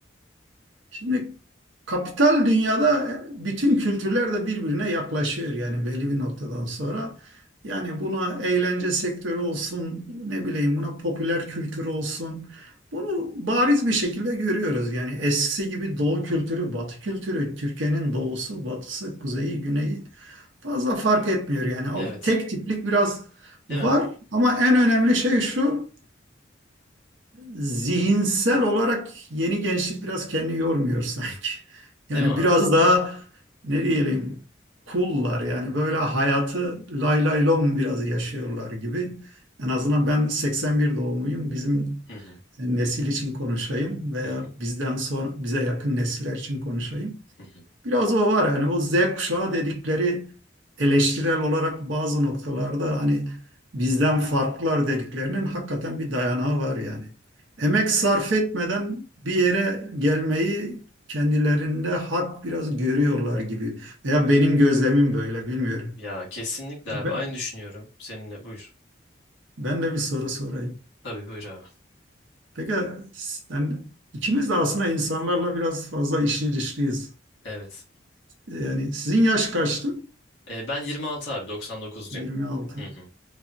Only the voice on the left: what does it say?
Evet.
Değil
mi?
Değil mi abi?
Hı hı.
Hı hı.
Hı hı.
Ya kesinlikle
abi. Aynı düşünüyorum seninle. Buyur.
Tabii buyur abi.
Evet.
E, ben 26 abi. 99'luyum.
Hı hı.